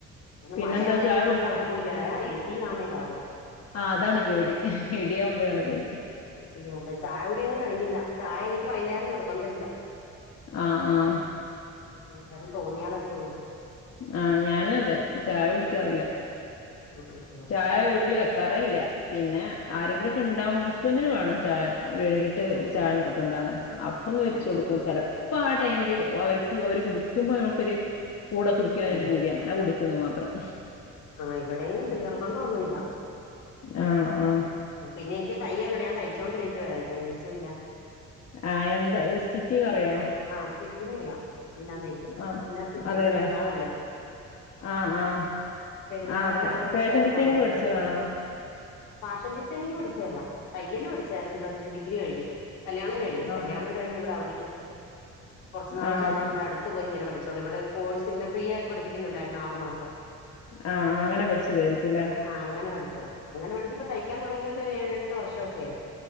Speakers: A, on the left; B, on the left.
A: പിന്നെന്താ
B: മഴയാണെലും
A: ചായ
B: നമ്മക്ക്
A: കുടിച്ചോ
B: കൊഴപ്പവില്ലാ ആ ഇടിയാന്നേ പാട്.
A: ആഹ് അതാണ് പേടി ഇടിയവ്മ്പഴാണ് പേടി
B: അതെ അതെ ചായ കൂടിഒന്നും കഴിഞ്ഞില്ല ചായ എനിക്ക് വൈകുന്നേരം നിർബന്ധം ഇല്ല.
A: ആഹ് ആഹ്
B: ഉം വൈന്നേരം തോന്നിയാലൊക്കെള്ളൂ.
A: ആഹ് ഞാനുംഅതെ ചായകുടിക്കാറില്ല.
B: ആഹ് ആഹ്
A: ചായ വീട്ടില് വെക്കാറേല്ല പിന്നെ
B: ഇല്ല
A: ആരെങ്കിലുംക്കെണ്ടാവും ഹസ്ബൻഡന് വേണം ചായ വൈകി ട്ട്
B: ആ
A: ഒര്
B: ആ
A: ചായ നിർബന്ധാണ് അപ്പൊന്ന് വെച്ച്ച്
B: ആ
A: കൊടുക്കും
B: ആ ആ
A: ചെല പ്പ ആ ടൈമില് അവർക്ക് അവര് കുടിക്കുമ്പോ നമുക്കൊരു കൂടെ കുടിക്കാനൊരുപൂതി
B: ഉം
A: അങ്ങനെ കുടി ുന്നു മാത്രം
B: ആ ഇവിടെയും നിർബന്ധം ഒന്നുമല്ല
A: ആഹ ആഹ
B: പിന്നെ എനിക്ക് തയ്യല്ലോ, ഞാൻ തയ്ച്ചൊണ്ടിരിക്കുവരുന്നു എണ്ണിച്ചുംല്ല
A: ആ എന്താ സ്റ്റിച്ചിങ്് അറിയോ
B: ആ് സ്റ്റിച്ചിങ്ങ് അറിയാം, എല്ലാം തയ്ക്കും
A: ആഹ്
B: എല്ലാം സ്റ്റിച്ച് ചെയ്യും
A: അതേല്ലേ
B: ഇപ്പ പെരുന്നാൾല്ലേ
A: ആഹ് ആഹ്
B: പെരുന്നാളൊക്ക
A: ആഹ്
B: ആയ കൊണ്ട് ഇപ്പ
A: ഫാഷൻ
B: തിരക്കൊണ്ടത്യാവശ്യം.
A: ഡിസൈനിങ് പഠിച്ചതാണോ
B: ഫാഷൻ ഡിസൈനി പടിച്ച അല്ല തയ്യൽ പടിച്ചായിരുന്നു പ്ലസ്, ഡിഗ്രി കഴിഞ്ഞ്. കല്യാണം കഴിഞ്ഞഞ്
A: ആഹ്
B: കല്യാണം കഴിഞ് ഇവിടെ അവധിക്ക് കുറച്ച നാള്
A: ആഹ്
B: ചുമ്മാ നമ്മുടെ അടുത്ത് അത്ത് പോയി ഇങ്ങന പഠിച്ചോളൂ ഇവിടെ കോഴ്സ് ഇനെ ഫ്രീ ആട്ട് പഠിിക്കുന്നുണ്ടായിരുന്നു ആു മാസം
A: ആഹ ആഹ അങ്ങനെ പഠിച്ചതായിരിക്കുംല്ലേ
B: ആഹ് അങ്ങന പഠിച്ചത അങ്ങന പഠിച്ചിപ്പ തയ്ക്കാൻ തുടങ്ങിട്ട് ഒരു ഏഴെട്ട് വർഷക്കെ ആയി